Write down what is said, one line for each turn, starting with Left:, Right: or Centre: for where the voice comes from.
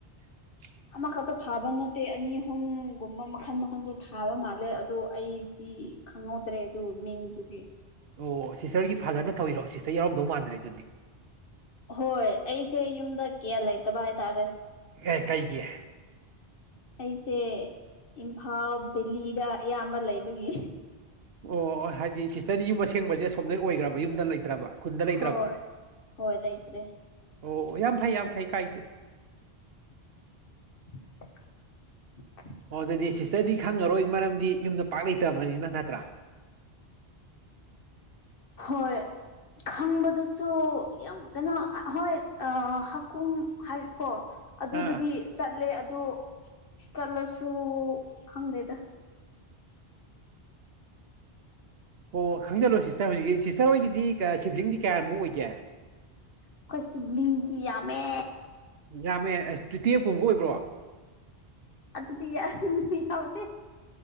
Right: <inaudible>
Left: ꯑꯃꯈꯛꯇ ꯊꯥꯕ ꯅꯠꯇꯦ ꯑꯅꯤ ꯑꯍꯨꯝꯒꯨꯝꯕ ꯃꯈꯜ ꯃꯈꯟꯗꯣ ꯊꯥꯕ ꯃꯥꯜꯂꯦ ꯑꯗꯣ ꯑꯩ꯫ ꯗꯤ ꯈꯪꯍꯧꯗ꯭ꯔꯦ ꯑꯗꯨ ꯃꯤꯡꯗꯨꯗꯤ꯫
Right: ꯑꯣ ꯁꯤꯁꯇꯔꯒꯤ ꯐꯥꯗꯔꯅ ꯇꯧꯔꯤꯔꯣ ꯁꯤꯁꯇꯔ ꯌꯥꯎꯔꯝꯗꯧ ꯃꯥꯟꯗ꯭ꯔꯦ ꯑꯗꯨꯗꯤ꯫
Left: ꯍꯣꯏ ꯑꯩꯁꯦ ꯌꯨꯝꯗ ꯀꯌꯥ ꯂꯩꯇꯕ ꯍꯥꯏꯇꯥꯔꯦ꯫
Right: ꯑꯦ ꯀꯩꯒꯤ꯫
Left: ꯑꯩꯁꯦ ꯏꯝꯐꯥꯜ ꯕꯦꯂꯤꯗ ꯑꯌꯥꯝꯕ ꯂꯩꯕꯒꯤ꯫
Right: ꯑꯣ ꯑꯣ ꯍꯥꯏꯗꯤ ꯁꯤꯁꯇꯔꯗꯤ ꯌꯨꯝ ꯑꯁꯦꯡꯕꯁꯦ ꯑꯁꯣꯝꯗ ꯑꯣꯏꯈ꯭ꯔꯕ ꯌꯨꯝꯗ ꯂꯩꯇ꯭ꯔꯕ꯫ ꯈꯨꯨꯟꯗ ꯂꯩꯇ꯭ꯔꯕ
Left: ꯍꯣꯏ ꯍꯣꯏ ꯂꯩꯇ꯭ꯔꯦ
Right: ꯑꯣ ꯌꯥꯝ ꯐꯩ ꯌꯥꯝ ꯐꯩ ꯀꯥꯏꯗꯦ꯫
Left: <inaudible>
Right: ꯑꯣ ꯑꯗꯨꯗꯤ ꯁꯤꯁꯇꯔꯗꯤ ꯈꯪꯉꯔꯣꯏ ꯃꯔꯝꯗꯤ ꯌꯨꯝꯗ ꯄꯥꯛ ꯂꯩꯇꯕꯅꯤꯅ ꯅꯠꯇ꯭ꯔꯥ
Left: ꯍꯣꯏ ꯈꯪꯕꯗꯨꯁꯨ ꯌꯥꯝ ꯀꯩꯅꯣ ꯍꯣꯏ ꯑꯥ ꯍꯥꯀꯨꯝ ꯍꯥꯏ ꯀꯣ ꯑꯗꯨꯗꯗꯤ
Right: ꯑꯥ
Left: ꯆꯠꯂꯦ ꯑꯗꯨ ꯆꯠꯂꯁꯨ ꯈꯪꯗꯦꯗ
Right: ꯑꯣ ꯈꯪꯖꯜꯂꯣ ꯁꯤꯁꯇꯔ ꯍꯧꯖꯤꯛꯀꯤ ꯁꯤꯁꯇꯔ ꯍꯣꯏꯒꯤꯗꯤ ꯀꯥ ꯁꯤꯕ꯭ꯂꯤꯡꯗꯤ ꯀꯌꯥꯃꯨꯛ ꯑꯣꯏꯒꯦ
Left: ꯑꯩꯈꯣꯏ ꯁꯤꯕ꯭ꯂꯤꯡꯗꯤ ꯌꯥꯝꯃꯦ
Right: ꯌꯥꯝꯃꯦ ꯑꯁ ꯇꯨ ꯇꯨꯋꯦꯞ ꯀꯨꯝꯕꯒ ꯑꯣꯏꯕ꯭ꯔꯣ
Left: ꯑꯗꯨꯗꯤ <unintelligible> ꯌꯧꯗꯦ